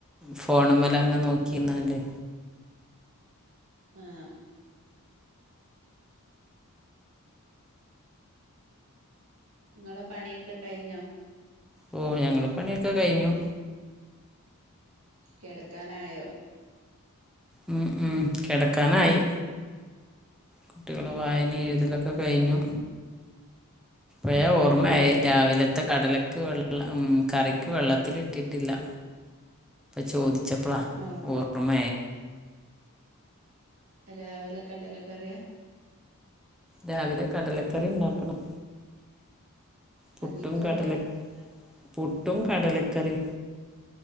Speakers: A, in the centre; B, on the right.
A: ഫോണ മലെ അങ്ങ നോക്കിന്നല്ലേ
B: ഉം ആഹ നിങ്ങളെ പണിയൊക്കെ കഴിഞ്ഞോ
A: ഓ ഞങ്ങളെ പണിയൊക്കെ കഴിഞ്ഞു
B: കിടക്കാനായോ
A: ഉം ഉം കിടക്കാനായി കുട്ടികള്
B: ഉം
A: വായന എഴുതലൊക്കെ കഴിഞ്ഞു അഴ ഓർമ്മ
B: ആഹ്
A: രാവിലെ ഇ കടലക്ക് വെള്ള ഉ കറിക്ക് വെള്ളത്തിിട്ടിട്ടില്ലപ്പ ചോ ചപ്പള
B: ഓ
A: റമ
B: രാവിലെക്കെടലൊക്കെ അറിയാം
A: രാവിലെ കടലക്കറി ഉണ്ടാക്കണം പുട്ടും
B: അതിക്കെന്താ
A: കടല പുട്ടും കടലക്കറി